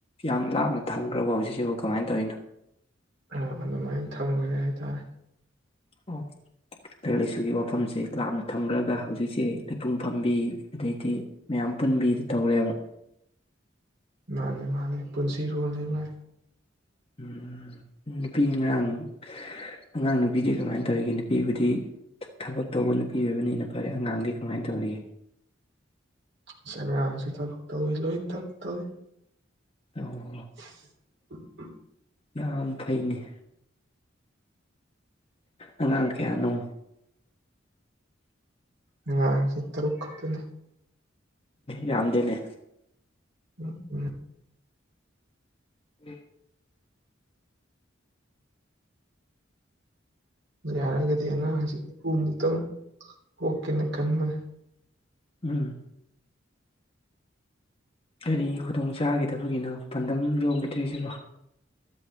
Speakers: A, on the left; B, on the right.
A: ꯌꯥꯝ ꯂꯥꯞꯅ ꯊꯝꯈ꯭ꯔꯕꯣ ꯍꯧꯖꯤꯛꯁꯤꯕꯨ ꯀꯃꯥꯏꯅ ꯇꯧꯔꯤꯅꯣ
B: ꯎꯝ ꯑꯗꯨꯃꯥꯏ ꯊꯝꯒ꯭ꯔꯦ ꯍꯥꯏꯇꯥꯔꯦ
A: ꯑꯣ ꯂꯥꯏꯔꯤꯛ ꯂꯥꯏꯁꯨꯒꯤ ꯋꯥ ꯐꯝꯁꯦ ꯂꯥꯞꯅ ꯊꯝꯈ꯭ꯔꯒ ꯍꯧꯖꯤꯛꯁꯦ ꯂꯩꯄꯨꯡ ꯐꯝꯕꯤ ꯑꯗꯩꯗꯤ ꯃꯌꯥꯝ ꯄꯨꯟꯕꯤꯗꯤ ꯇꯧꯔꯦꯕ
B: ꯃꯥꯅꯦ ꯃꯥꯅꯦ ꯄꯨꯟꯁꯤꯔꯣꯜꯂꯤ ꯚꯥꯏ
A: ꯎꯝ ꯅꯨꯄꯤ ꯑꯉꯥꯡ ꯑꯉꯥꯡ ꯅꯨꯄꯤꯗꯤ ꯀꯃꯥꯏꯅ ꯇꯧꯔꯤꯒꯦ ꯅꯨꯄꯤꯕꯨꯗꯤ ꯊꯕꯛ ꯇꯧꯕ ꯅꯨꯄꯤ ꯑꯣꯏꯕꯅꯤꯅ ꯐꯔꯦ ꯑꯉꯥꯡꯗꯤ ꯀꯃꯥꯏꯅ ꯇꯧꯔꯤꯒꯦ
B: ꯑꯁ ꯑꯉꯥꯡꯁꯨ ꯊꯕꯛ ꯇꯧꯋꯤ ꯂꯣꯏꯅ ꯊꯕꯛ ꯇꯧꯋꯤ
A: ꯑꯣ
B: <inaudible>
A: ꯌꯥꯝ ꯐꯩꯅꯦ ꯑꯉꯥꯡ ꯀꯌꯥꯅꯣ
B: ꯑꯉꯥꯡꯁꯤ ꯇꯔꯨꯛ ꯈꯛꯇꯅꯦ
A: ꯌꯥꯝꯗꯦꯅꯦ
B: ꯎꯝ ꯎꯝ
A: ꯎꯝ
B: ꯌꯥꯔꯒꯗꯤ ꯑꯉꯥꯡꯁꯤ ꯍꯨꯝꯐꯨꯃꯨꯛꯇꯪ ꯄꯣꯛꯀꯦꯅ ꯈꯟꯕꯅꯦ
A: ꯎꯝ ꯀꯔꯤ ꯈꯨꯗꯣꯡ ꯆꯥꯒꯤꯗꯕꯒꯤꯅꯣ ꯄꯥꯟꯗꯝ ꯌꯧꯒꯤꯗ꯭ꯔꯤꯁꯤꯕꯣ